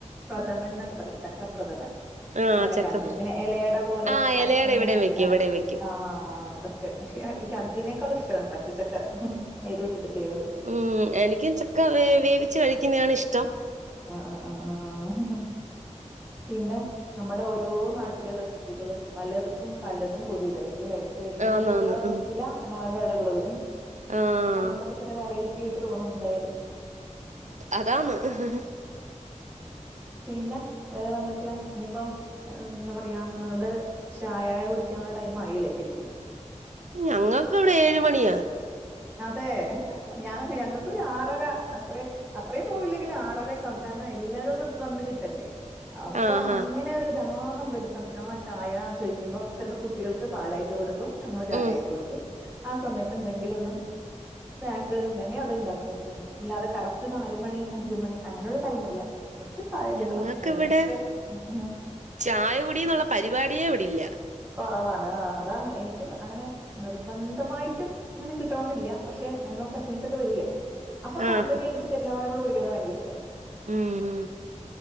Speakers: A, on the right (about 20°); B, on the right (about 75°).
A: പ്രഥമൻ എന്നൊക്കെ പറയും ചക്കപ്രഥമൻ
B: ആഹ്
A: അങ്ങനെ
B: ആഹ് ചക്കപ്ര
A: കാണിക്ക പിന്നെ ഇലയട പോലെ
B: ആഹ്
A: ചക്കങ്ങെ
B: ഇലയട ഇവിടെയും വെക്കും
A: ആഹ്
B: ഇവിടെയും വെക്കും
A: ആഹ് അതൊക്കെ പക്ഷ എനിക്ക് അതിനേക്കാളും ഇഷ്ടമാണ് പച്ചചക്ക നേയിലോട്ട് ചെയ്ത്
B: ഉം എനിക്കും ചക്ക വേവിച്ച് കഴിക്കുന്നതാണ് ഇഷ്ടം
A: അ ആഹ് ആഹ് പിന്നെ നമ്മുടെ ഓരോ നാട്ടിലേം റെസിപ്പികള് പലർക്കും പല്ലതും പുതിതായിരിക്കും ല്ലേ? അപ്പൊ എന്റെ ഇവിടെ
B: ആന്നാന്ന്
A: ഉള്ളതായിരിക്കില്ല
B: ഉം
A: നിങ്ങളാടെ അവിടെ ഉള്ളത്
B: ആഹ്
A: അപ്പൊ നമ്മുക്കതക്കെ വർ ട്ട് തോന്നുന്നുന്തായാലും
B: അതാന്ന് ഹ് ഹ്
A: പിന്നെ വേറെ ന്തൊക്കെയാ ഇനിയിപ്പം എന്താ പറയാ നിങ്ങൾത് ചായ കുടിക്കാനുള്ള ടൈം മായില്ലേ ശെരിക്കും.
B: ഞങ്ങക്ക് വടെ ഏഴ് മണ്യാ.
A: അതെ ഞ ഞങ്ങക്കൊരു ആറര അത്ര അത്രയും പോവില്ലെങ്കിലും ആറരെക്കാവും കാരണം എല്ലാരും ഒന്ന് വന്ന് കിട്ടണ്ടേ. അപ്പൊ
B: ആഹാ
A: അങ്ങനൊരു താ ഹം <unintelligible> താ ചായ ന്ന് ചോയികുമ്പം ചെല് പ്പം കുട്ടികൾക്ക് പാലായിട്ട് കൊടുക്കും ഞങ്ങൾ ചായായിട്ട്
B: ഉം
A: കുടിക്കും. ആ സമയത്ത് എന്തെങ്കിലൊ ന് സ്നാക്ണ്ടെങ്കി അത്ണ്ടാകും അത്രന്നെ അല്ലാതെ കറക്റ്റ് നാല്മണി അഞ്ച്മണി അങ്ങനൊരു ടൈമില്ല. ഒറ്റ ചായ കിട്ടണം
B: ഞങ്ങക്ക്
A: അല്ലെങ്കിൽ
B: ഇവടെ
A: ഒറ്റ ക- ഉം
B: ചായ കുടീന്ന്ള്ള പരി വാട്യേ ഇവടില്ല
A: കൊറവാണ് ആഹ് അതാണ് എനിക്ക് അങ്ങനെ നിർ ബന്ധമായിട്ടും ഇങ്ങനെ കിട്ടണന്നില്ല പക്ഷേ നമ്മളെ കസിൻസൊകെ വരൂല്ലേ അപ്പം കമ്പനിയടിചിട്ട്
B: ആഹ്
A: എല്ലാ <unintelligible> <unintelligible> പഠിക്കുന്നെ ഭയങ്കരിഷ്ട
B: ഉം ഉ